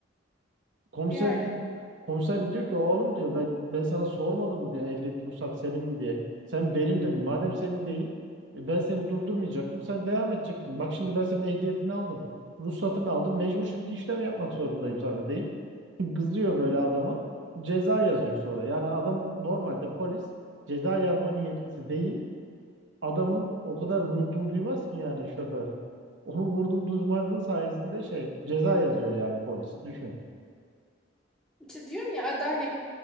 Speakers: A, on the right; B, in the centre.
A: Komiser
B: Yani
A: Komiser diyor ki oğlum diyor ben, ben sana sormadım mı diyor ehliyet ruhsat senin mi diye. Sen benim dedin. Madem senin değil e, ben seni durdurmayacaktım. Sen devam edecektin. Bak şimdi ben senin ehliyetini aldım. Ruhsatını aldım. Mecbur şimdi işlem yapmak zorundayım sana deyip <laughs> kızıyor böyle adama. Ceza yazıyor sonra. Yani adam normalde polis ceza yazma niyetlisi değil. Adamın o kadar vurduğunu duymaz ki yani şoför. Onu vurdum duymazlığı sayesinde şey ceza yazıyor yani polis. Düşün.
B: işte diyorum ya ad hani